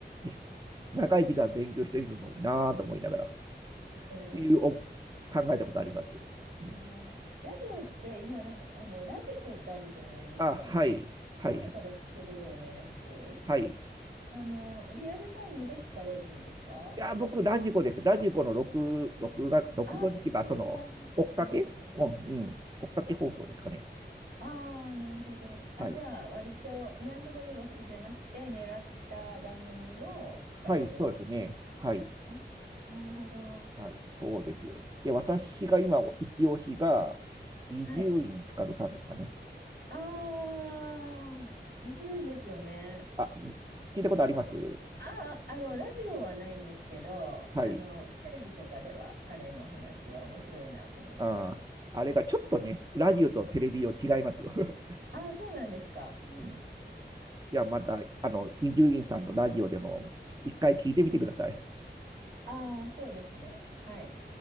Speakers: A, on the right; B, on the right.
A: <laughs> 長い時間勉強しているのになと思いながら、っ
B: えー
A: ていうお考えたことあります。
B: あーラジオって今なんかあのラジコってあるじゃないですか。
A: うあ、はい、
B: なんか
A: はい、
B: 後から聞けるようなやつ。
A: はい。い
B: あのリアルタイムで聞かれるんですか
A: や、僕、ラジコです。ラジコの録、録画、録画っていうか、
B: ああー、
A: その、
B: 録聞かれる感じ。
A: 追っかけうん、うん、追っかけ放送ですかね。
B: ああ、なるほど。あ、
A: はい。
B: じゃあ割と何でもいいわけじゃなくて狙った番組を聞かれるって。
A: はい、そうですね。はい、
B: あ、なるほど。
A: はい、そうですよ。で、私が今、一押しが、伊集院光さんですかね。
B: はい。ああ、面白いですよね。
A: あ、聞いたことあります
B: ああ、あの、ラジオはないんですけど、
A: はい。
B: あの、テレビとかでは彼の話は面白いなと思って。
A: あー、あれがちょっとね、ラジオとテレビを違いますよ。<laughs>
B: ああ、そうなんですか。
A: うん。じゃあまた、あの、伊集院さんのラジオでも、ちょっと一回聞いてみてください。
B: ああ、そうですね。はい。